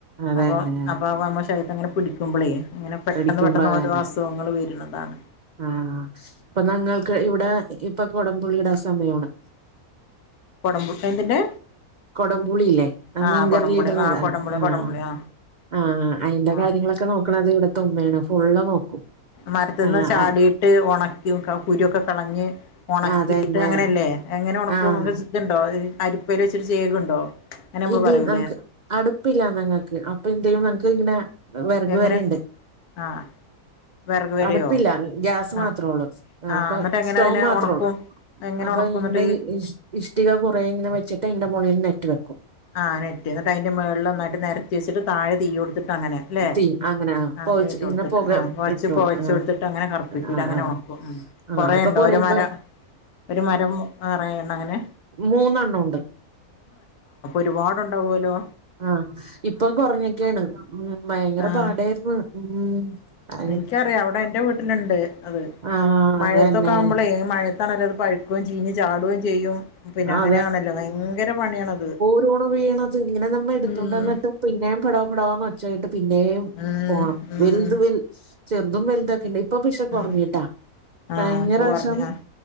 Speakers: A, on the right (about 80°); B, on the left (about 85°).
A: അതന്നെ
B: അപ്പോ അപ്പോ നമ്മ ശരീരത്തങ്ങനെ ത്തുമ്പളേ അങ്ങനെ പെട്ടെന്ന്
A: വേടിക്കുമ്പോ
B: പെട്ടെന്ന്
A: അതന്നെ
B: ഓരോ അസുഖങ്ങള് വരുണതാണ്.
A: ആഹ് ഇപ്പോ ഞങ്ങൾക്ക് ഇവിടെ ഇപ്പ കുടംപുളീടാ സമയവാണ്
B: കൊടമ്പു എന്തിന്റെ
A: കൊടംപുളിയില്ലേ ആഹ്
B: ആ
A: മീൻകറിലിടണത്
B: കൊടംപുളി ആ കൊടംപുളി
A: ആഹ്
B: കൊടംപുളി ആ
A: ആഹ് അയിന്റെ കാര്യങ്ങളൊക്കെ
B: ആ
A: നോക്കണത് ഇവിടത്തെ ഉമ്മയാണ് ഫുള്ള് നോക്കും
B: മരത്തിന്നു
A: ആഹ്
B: ചാടിയിട്ട്
A: ആഹ്
B: ഉണക്കി വെക്കും കുരുക്കെ കളഞ്ഞ് ഉണക്കിയിട്ട്
A: അതന്നെ
B: അങ്ങനെയല്ലേ എങ്ങനെ ഉണക്കും
A: ആഹ്
B: ഇതുണ്ടോ അരിപ്പൽ വച്ചരു ചേകുണ്ടോ അങ്ങനെ നമ്മള്
A: ഇത്
B: പറയൂലേ
A: ങ്ങക്ക് അടുപ്പില്ല ഞങ്ങൾക്ക് അപ്പൊ എന്തേയും നങ്ങക്ക് ഇങ്ങനെ വെറക്
B: എങ്ങനെ
A: പേരയിണ്ട്
B: ആഹ് വെറക് വരയോ
A: അടുപ്പില്ല ഗ്യാസ്
B: ആഹ്
A: മാത്രേ ഉള്ളു
B: ആഹ്
A: അപ്പൊ
B: എന്നിട്ട് എങ്ങനെ
A: സ്റ്റൗവ്
B: അതിനെ
A: മാത്രേ
B: ഒണക്കും
A: ഉള്ളു
B: എങ്ങനെ
A: അപ്പൊ
B: ഒണക്കും
A: ഇങ്ങനെ
B: എന്നിട്ട്
A: ഇ ഇഷ്ടിക കുറെ ഇങ്ങനെ വെച്ചിട്ട് അയിന്റെ മുകളിൽ നെറ്റ് വെക്കും
B: ആഹ് നെറ്റ് എന്നിട്ട് അതിന്റെ മുകളിൽ ഒന്നായിട്ട് നേരത്തി വെച്ചിട്ട് താഴെ തീ കൊടുത്തിട്ടങ്ങനെ അല്ലെ
A: തീ അങ്ങനെ
B: ആഹ്
A: പൊകച്ച്
B: തീയിട്ട് കൊടുത്തിട്ട്
A: ഇങ്ങനെ പുക
B: ആ പോകച്ച്
A: ഇട്ട് കൊടുക്കും
B: പോകച്ച
A: ആ
B: കൊടുത്തിട്ട് അങ്ങനെ കറുപ്പിക്കൂല
A: ആ
B: അങ്ങനെ
A: ആ
B: ഉണക്കും
A: ആ
B: കൊറെയുണ്ടോ?
A: ഇപ്പൊ കൊറേ
B: ഒരു
A: ഇപ്പ
B: മരം. ഒരു മരം നിറയേണോ അങ്ങനെ?
A: മൂന്നെണ്ണോണ്ട്
B: ഒരുപാടുണ്ടാവവുമല്ലോ
A: ആഹ് ഇപ്പൊ കുറഞ്ഞൊക്കെയാണ് ഉ ഭയങ്കര
B: ആഹ്
A: പാടായിരുന്നു ഉ അ
B: ഇച്ചറീയാ അവെടെന്റെ വീട്ടിലുണ്ട് അത്
A: ആ
B: മഴയത്തൊക്കെവുമ്പളെ
A: അതന്നെ
B: ഏത് മഴയത്താണെലുംഅത്‌ പഴുക്കേം ചീഞ് ചാടുവേം ച ചെയ്യും പിന്നെങ്ങനെയാണല്ലോ
A: ആഹ്
B: ഭയങ്കര പണിയാണത്
A: ൾ വീണത് ങ്ങനെ നമ്മ എടുത്തോണ്ടന്നിട്ട്
B: ഉം
A: പിന്നേം പട പടാ ന്ന് ഒച്ചാകേൾക്കത്തില്ലേ
B: ഉം
A: പോണം
B: ഉം
A: വെൽദ് വെൽ ചേർദും വെൽദോ ഇദിപ്പോ പശ്ശെ കുറഞ്ഞുട്ടാ
B: ഉം ആഹ്
A: കഴിഞ്ഞ
B: അപ്പൊ
A: റാവിശ്യം
B: പറഞ്ഞു ആഹ്